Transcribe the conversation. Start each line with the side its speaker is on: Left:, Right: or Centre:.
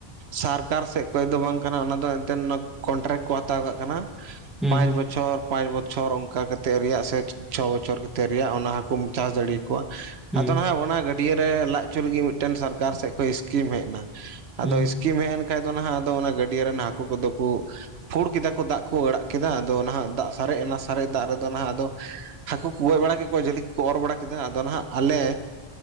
Right: ᱥᱟᱨᱠ ᱥᱚᱨᱠᱟᱨ ᱥᱮᱫ ᱠᱷᱚᱱ ᱫᱚ ᱵᱟᱝ ᱠᱟᱱᱟ ᱚᱱᱟ ᱫᱚ ᱮᱱᱛᱮᱫ ᱠᱚᱱᱴᱨᱟᱠᱴ ᱠᱚ ᱦᱟᱛᱟᱣ ᱠᱟᱜ ᱠᱟᱱᱟ
Centre: ᱦᱩᱸ
Right: ᱯᱟᱸᱪ ᱵᱚᱪᱷᱚᱨ ᱯᱟᱸᱪ ᱵᱚᱪᱷᱚᱨ ᱚᱱᱠᱟ ᱠᱟᱛᱮᱫ ᱨᱮᱭᱟᱜ ᱥᱮ ᱪᱷᱚ ᱵᱚᱪᱷᱚᱨ ᱠᱟᱛᱮ ᱨᱮᱭᱟᱜ ᱚᱱᱟ ᱦᱟᱹᱠᱩ ᱪᱟᱥ ᱫᱟᱲᱮ ᱟᱠᱚᱣᱟ
Centre: ᱦᱩᱸ
Right: ᱟᱫᱚ ᱱᱟᱦᱟᱸᱜ ᱚᱱᱟ ᱜᱟᱹᱰᱭᱟᱹ ᱨᱮ ᱞᱟᱭ ᱦᱚᱪᱚ ᱞᱟᱹᱜᱤᱫ ᱢᱤᱫᱴᱮᱱ ᱥᱚᱨᱠᱟᱨ ᱥᱮᱫ ᱠᱷᱚᱱ ᱤᱥᱠᱤᱢ ᱦᱮᱡ ᱮᱱᱟ
Centre: ᱦᱩᱸ
Right: ᱟᱫᱚ ᱤᱥᱠᱤᱢ ᱦᱮᱡ ᱮᱱ ᱠᱷᱟᱱ ᱫᱚ ᱦᱟᱸᱜ ᱚᱱᱟ ᱜᱟᱹᱰᱭᱟᱹ ᱨᱮᱱ ᱦᱟᱹᱠᱩ ᱠᱚᱫᱚ ᱠᱚ ᱯᱷᱩᱲ ᱠᱮᱫᱟ ᱠᱚ ᱫᱟᱜ ᱠᱚ ᱟᱲᱟᱜ ᱠᱮᱫᱟ ᱟᱫᱚ ᱱᱟᱦᱟᱜ ᱫᱟᱜ ᱥᱟᱨᱮᱡ ᱮᱱᱟ ᱥᱟᱨᱮᱡ ᱫᱟᱜ ᱨᱮᱫᱚ ᱱᱟᱦᱟᱜ ᱟᱫᱚ ᱦᱟᱹᱠᱩ ᱠᱚ ᱜᱚᱡ ᱵᱟᱲᱟ ᱠᱮᱫ ᱠᱚᱣᱟ ᱡᱷᱟᱹᱞᱤ ᱠᱚᱠᱚ ᱚᱨ ᱵᱟᱲᱟ ᱠᱮᱫᱟ ᱟᱫᱚ ᱱᱟᱦᱟᱜ ᱟᱞᱮ